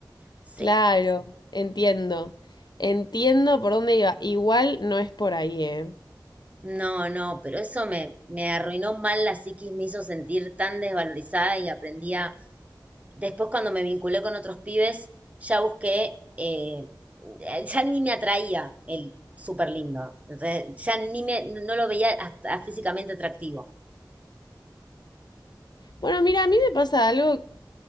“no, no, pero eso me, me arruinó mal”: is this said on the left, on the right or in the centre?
Right